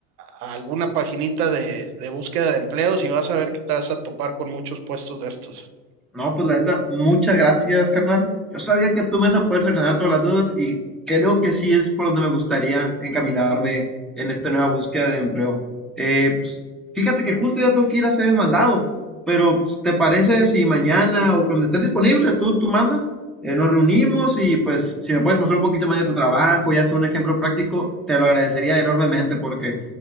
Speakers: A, on the right (about 85°); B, in the centre.
A: a alguna paginita de, de búsqueda de empleos y vas a ver que te vas a topar con muchos puestos de estos.
B: No, pues la neta, muchas gracias, carnal. Yo sabía que tú me ibas a poder solucionar todas las dudas y creo que sí es por donde me gustaría encaminarme en esta nueva búsqueda de empleo. Eh, pues, fíjate que justo ya tengo que ir a ser mandado, pero pues, ¿te parece si mañana o cuando estés disponible tú, tú mandas? Eh, nos reunimos y pues si me puedes mostrar un poquito más de tu trabajo y hacer un ejemplo práctico, te lo agradecería enormemente porque